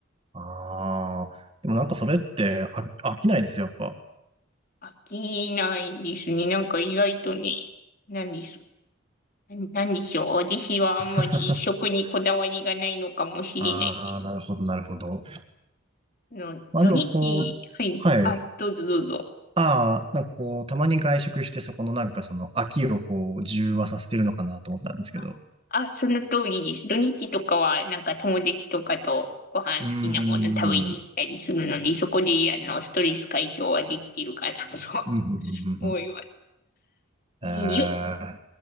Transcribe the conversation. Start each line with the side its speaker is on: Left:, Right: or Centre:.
Right: ああ、でもなんかそれって飽飽きないです、やっぱ。
Left: 飽きないですね。なんか意外とね、何です。何でしょう。私はあんまり食にこだわりがないのかもしれないです。
Right: <laughs> ああ、なるほど、なるほど。
Left: あの、
Right: まあでもこう、
Left: 土日、はい。
Right: はい。
Left: あ、どうぞどうぞ。
Right: ああ、なんかこう、たまに外食してそこのなんかその飽きをこう、中和させてるのかなと思ったんですけど。
Left: あ、あその通りです。土日とかは、なんか友達とかとご飯好きなもの食べに行ったりするので、
Right: うーん。うん、
Left: そこで、あの、ストレス解消はできてるかなと
Right: うん、うん、
Left: 思います。
Right: うん。えー、
Left: えーゆ
Right: あ